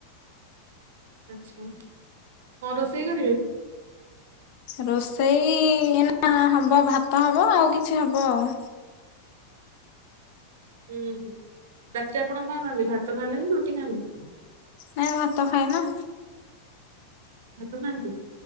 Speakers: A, on the right; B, on the left.
A: ଆଛା। କଣ ରୋଷେଇ କରିବେ?
B: ରୋଷେଇ ଏନା ହବ ଭାତ ହବ ଆଉ କିଛି ହବ ଆଉ।
A: ହୁଁ ରାତିରେ ଆପଣ କଣ ଖାଆନ୍ତି ଭାତ ଖାଆନ୍ତି ନା ରୁଟି ଖାଆନ୍ତି?
B: ନାଇଁ ଭାତ ଖାଏ ନା।
A: ଭାତ ଖାଆନ୍ତି?